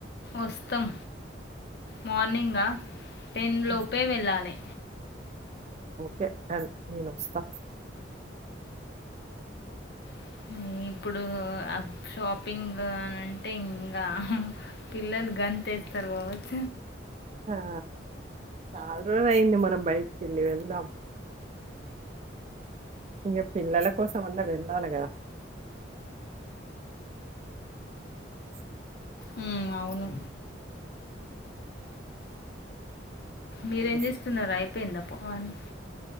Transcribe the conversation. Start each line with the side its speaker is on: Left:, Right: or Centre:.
Left: వస్తాం మార్నింగ్ ఆ టెన్
Right: ఉమ్
Left: లోపే వెళ్ళాలి
Right: ఓకే అండ్ నేనోస్తా
Left: <inaudible> ఇప్పుడు ఆ షాపింగ్ అని అంటే ఇంకా పిల్లలు గంతేస్తా తర్వాత
Right: ఆ చాలా రోజు అయ్యింది మనం బయటికి వెళ్ళి వెళ్దాం ఇక పిల్లల కోసం అన్నా వెళ్ళాలి గదా ప్చ్
Left: ఉమ్ అవును మీరేం
Right: అది
Left: చేస్తున్నార్ అయిపోయిందా పో అని